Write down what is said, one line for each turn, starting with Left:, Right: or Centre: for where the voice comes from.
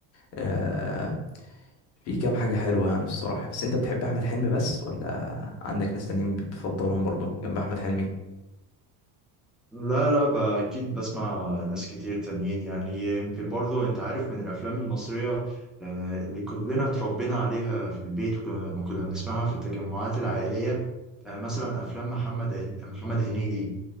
Left: آه في كام حاجه حلوه يعني بصراحه بس انت بتحب احمد حلمي بس ولا عندك ناس تانيين بتفضلهم برضه جنب احمد حلمي
Centre: لا لا ب- اكيد بسمع ناس كتير تانيين يعني يمكن برضو انت عارف من الافلام المصرية آه، اللي كلنا اتربينا عليها في البيت وكنا وكنا بنسمعها في التجمعات العائلية آه، مثلا افلام محمد عن- محمد هنيدي